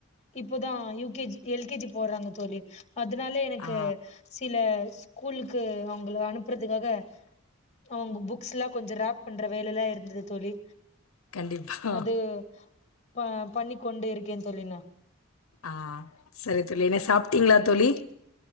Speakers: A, on the left; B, on the left.
A: இப்பதா U K G L K G போறாங்க தோழி அதுனாலே எனக்கு
B: ஆ
A: சில ஸ்கூலுக்கு அவங்கள அனுப்புறதுக்காக அவங்க புக்ஸ்ல்லா கொஞ்சம் ரேப் பண்ற வேலல்லா இருந்தது தோழி
B: கண்டிப்பா
A: அது ப பண்ணிக்கொண்டே இருக்கேன் தோழி இன்னு
B: ஆ சரி தோழி என்ன சாப்ட்டீங்ளா தோழி